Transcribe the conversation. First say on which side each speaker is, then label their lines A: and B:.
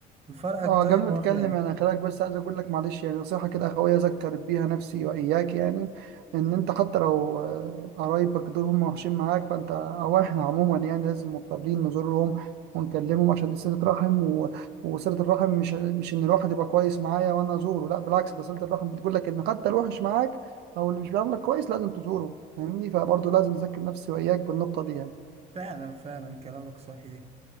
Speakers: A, on the right; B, on the right.
A: الفرق
B: اه
A: الطيب
B: قبل ما
A: هو
B: اتكلم
A: خلاني
B: يعني خليك بس عايز اقول لك معلش يعني نصيحه كده اخويه اذكر بيها نفسي واياك يعني ان انت حتى لو آه، قرايبك دول هم وحشين معاك فانت او احنا عموما يعني لازم مضطرين نزورهم ونكلمهم عشان دي صله رحم و... وصله الرحم مش مش ان الواحد يبقى كويس معايا وانا ازوره لا بالعكس ده صله الرحم بتقول لك ان حتى الوحش معاك او اللي مش بيعاملك كويس لازم تزوره فاهمني فبرضه لازم اذكر نفسي واياك بالنقطه دي يعني
A: فعلا فعلا كلامك صحيح